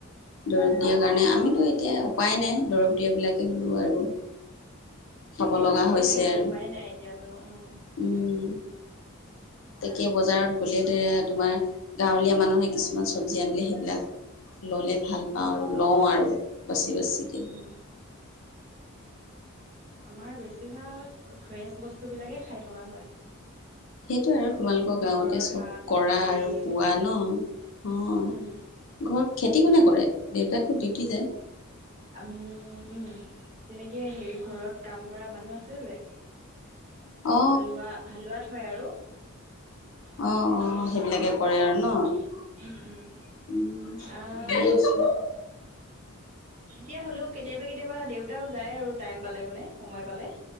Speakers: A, on the left; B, on the right.
A: দৰব দিয়াৰ কাৰণে আমিতো এতিয়া উপায় নাই। দৰৱ দিয়া বিলাকে হ'লেও আৰু খাব
B: তাকে
A: লগা
B: খাবই
A: হৈছে
B: লাগিব
A: আৰু
B: উপায় নাই এতিয়াতো উম।
A: উম তাকে বজাৰত গ'লে দে তোমাৰ গাঁৱলীয়া মানুহে কিছুমান চব্জি আনিলে সেইবিলাক ল'লে ভাল
B: উম
A: পাওঁ আৰু লওঁ আৰু বেছি বাচিকে।
B: উম আমাৰ বেছিভাগ ফ্ৰেছ বস্তুবিলাকেই খাই থকা হয়।
A: সেইটো আৰু তোমালোকৰ গাঁৱতে
B: ঘৰৰ
A: চব
B: শাক পাচলি
A: কৰা আৰু পোৱা
B: উম
A: ন? অ'।
B: উম
A: ঘৰত খেতি কোনে কৰে দেউতাকটো ডিউটি যায়?
B: আম উম। তেনেকে হেৰি ঘৰত কাম কৰা মানুহ আছে যে
A: অ
B: হালোৱা হালোৱা থয় আৰু। সেই
A: অ অ
B: তেনেকেই
A: সেইবিলাকে
B: কৰে
A: আৰু ন
B: উম উম।
A: উম
B: আহ
A: <unintelligible>
B: এতিয়া হ'লেও কেতিয়াবা কেতিয়াবা দেউতাও যায় আৰু টাইম পালে মানে সময় পালে।